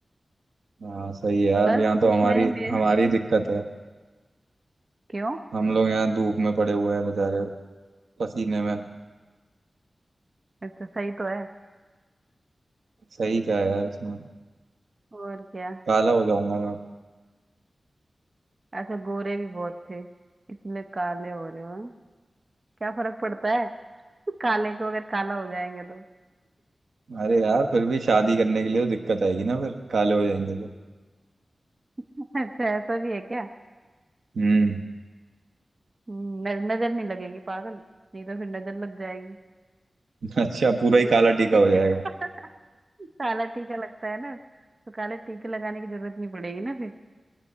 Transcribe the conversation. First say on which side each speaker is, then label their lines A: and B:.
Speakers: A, on the right; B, on the right.
A: हाँ सही है यार
B: बस
A: यहाँ तो
B: कुछ
A: हमारी
B: नहीं मैं
A: हमारी दिक्कत है
B: <laughs> क्यों
A: हम लोग यहाँ धूप में पड़े हुए हैं बेचारे पसीने में
B: ये तो सही तो है
A: सही क्या है यार इसमें
B: और क्या
A: काला हो जाऊंगा मैं
B: अच्छा गोरे भी बहुत थे इसलिए काले हो रहे हो हैं? क्या फर्क पड़ता है <laughs> काले को अगर काला हो जाएंगे तो
A: <laughs> अरे यार फिर भी शादी करने के लिए तो दिक्कत आएगी ना फिर काले हो जाएंगे तो
B: <laughs> अच्छा ऐसा भी है क्या
A: हम्म
B: हम्म, न- नजर नहीं लगेगी पागल नहीं तो फिर नजर लग जाएगी
A: <laughs> अच्छा
B: <laughs>
A: पूरा ही काला टीका
B: ठीक
A: हो जाएगा
B: <laughs> काला टीका लगता है ना तो काला टीके लगाने की जरूरत नहीं पड़ेगी ना फिर